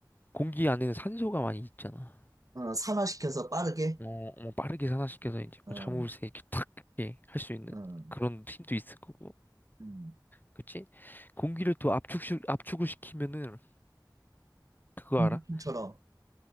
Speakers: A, on the left; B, on the right.
A: 공기 안에는 산소가 많이 있잖아.
B: 응, 산화시켜서 빠르게.
A: 어, 어, 빠르게 산화시켜서 이제 뭐
B: 응,
A: 자물쇠 이렇게 탁, 이렇게 할 수 있는
B: 응.
A: 그런 힘도 있을 거고.
B: 음,
A: 그치? 공기를 또 압축시, 압축을 시키면은 그거
B: 공기풍처럼
A: 알아?